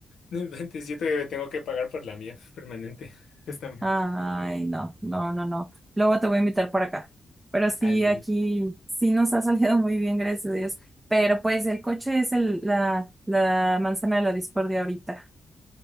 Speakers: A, on the left (about 80°); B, on the right (about 20°).
A: No inventes, yo todavía tengo que pagar por la mía, permanente, <laughs> justamente.
B: Ay, no, no, no, no. Luego te voy a invitar por acá. Pero sí,
A: Ándale.
B: aquí sí nos ha <laughs> salido muy bien, gracias a Dios. Pero pues el coche es el, la, la manzana de la discordia ahorita.